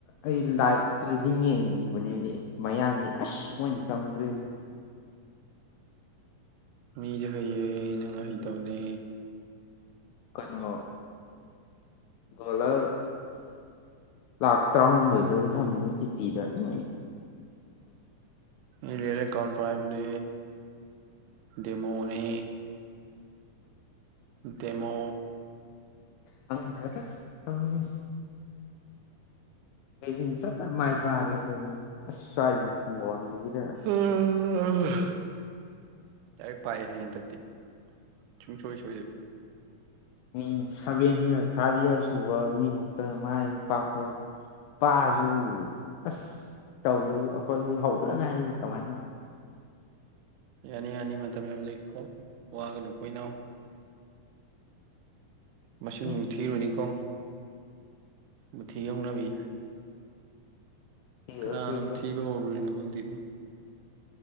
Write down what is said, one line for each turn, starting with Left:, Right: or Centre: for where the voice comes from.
Left: ꯑꯩ ꯂꯥꯐꯇ꯭ꯔꯤꯗꯤꯡ ꯌꯦꯡꯕꯅꯦꯝꯃꯤ ꯃꯌꯥꯡꯒꯤ ꯑꯁ ꯃꯣꯏꯁꯨ ꯆꯪꯉꯨꯗ꯭ꯔꯦꯗꯤ
Right: ꯃꯤꯁꯨ ꯍꯩꯌꯦ ꯅꯪ ꯍꯩꯇꯧꯅꯦ
Left: ꯀꯩꯅꯣ ꯗꯣꯂꯔ ꯂꯥꯛ ꯇꯔꯥꯍꯨꯝꯗꯣꯏꯗꯒ ꯊꯝꯃꯤꯅ ꯇꯤꯄꯤꯗ ꯏ
Right: ꯏꯟꯗꯤꯌꯥ ꯀꯥꯟ ꯐꯥꯏꯕ꯭ꯂ ꯗꯗꯤꯃꯣꯅꯤ ꯗꯦꯃꯣ
Left: ꯈꯪꯗ꯭ꯔꯦꯗ ꯇꯧꯔꯤꯁꯤ ꯑꯩꯗꯤ ꯁꯠ ꯁꯠ ꯃꯥꯏ ꯄꯥꯛꯑꯗꯤ ꯑꯩꯈꯣꯏꯒꯤ ꯑꯁ ꯁ꯭ꯋꯥꯏꯁꯤ ꯍꯤꯡꯒꯣꯟꯅꯨꯡꯗꯤ
Right: <unintelligible> ꯗꯥꯏꯔꯦꯛ ꯄꯥꯛꯑꯦꯍꯦ ꯍꯟꯗꯛꯇꯤ ꯁꯨꯡꯁꯣꯏ ꯁꯣꯏꯗ
Left: ꯃꯤ ꯁꯚꯦꯟ ꯌꯔ ꯐꯥꯏꯚ ꯏꯌꯔꯁ ꯎꯕ ꯃꯤ ꯕꯨꯛꯇ ꯃꯥꯥꯏ ꯄꯥꯛꯄ ꯄꯥꯛꯑꯁꯨ ꯑꯁ ꯇꯧꯏ ꯑꯩꯈꯣꯏꯒꯤ ꯍꯧꯕꯗ ꯉꯥꯏꯔꯤ ꯀꯃꯥꯏꯅ
Right: ꯌꯥꯅꯤ ꯌꯥꯅꯤ ꯃꯇꯝ ꯌꯥꯝ ꯂꯩꯔꯤꯀꯣ ꯋꯥꯒꯅꯨꯀꯣ ꯏꯅꯥꯎ ꯃꯁꯤꯡ
Left: ꯃꯤ
Right: ꯃꯨꯛ ꯊꯤꯔꯨꯅꯤꯀꯣ ꯃꯨꯊꯤ ꯍꯧꯅꯕꯤ
Left: ꯊꯤꯔꯔꯣꯏ
Right: ꯀꯅꯅ
Left: ꯊꯤꯔꯔꯣꯏ
Right: ꯊꯤꯕ ꯍꯧꯔꯨꯔꯤꯅꯣ ꯈꯪꯗꯦꯅꯦ